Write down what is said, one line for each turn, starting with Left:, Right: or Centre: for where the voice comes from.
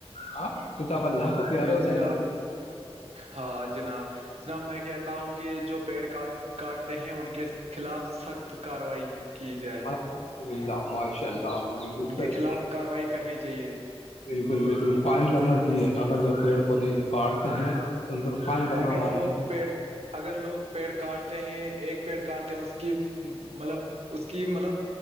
Left: ہاں کتاب اللہ کو پیارے
Right: جی
Left: ہو جائیں
Right: جناب
Left: گے نا
Right: ہاں جناب جناب میں کہتا ہوں کہ جو پیڑ کاٹ کاٹتے ہیں ان کے خلاف سخت کارروائی کی جائے
Left: الحمد للہ ماہشاء اللہ نے بالکل
Right: ان
Left: صحیح
Right: کے خلاف
Left: فرمایا
Right: کارروائی کرنی چاہیے
Left: بالکل بالکل قائم کرنا چاہیے اگر جو پیڑ پودے جو کاٹتے ہیں تور فائن کرنا
Right: اگر
Left: ہواازی
Right: لوگ
Left: ہے
Right: پیڑ اگر لوگ پیڑ کاٹتے ہیں ایک پیڑ کاٹتے ہیں اس کی مطلب اس کی مطلب